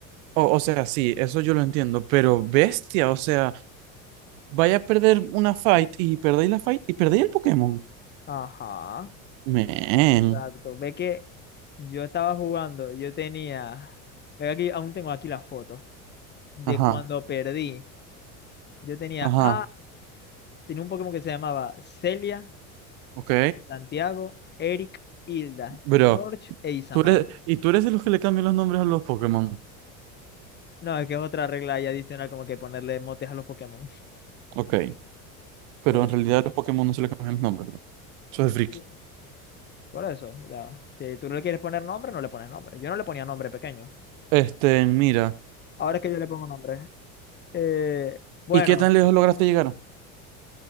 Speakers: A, on the right; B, on the left.
A: O, o sea, sí, eso yo lo entiendo, pero bestia, o sea, vaya a perder una fight y perdéis la fight y perdéis el Pokémon.
B: Ajá,
A: Men.
B: exacto. Ve que yo estaba jugando, yo tenía, ve aquí, aún tengo aquí la foto de
A: Ajá.
B: cuando perdí. Yo tenía
A: Ajá.
B: a, tenía un Pokémon que se llamaba Celia,
A: Ok.
B: Santiago, Eric, Hilda,
A: Bro,
B: George e Isamar.
A: tú eres, y tú eres de los que le cambian los nombres a los Pokémon.
B: No, es que es otra regla ahí adicional, como que ponerle motes a los Pokémon. <laughs>
A: Ok. Pero
B: Como
A: en realidad a los Pokémon no se le cambian los nombres, bro. Eso es friki.
B: que Por eso, o sea, si tú no le quieres poner nombre, no le pones nombre. Yo no le ponía nombre pequeño.
A: Este, mira.
B: Ahora es que yo le pongo nombre. Eh, bueno,
A: ¿Y qué tan lejos lograste llegar?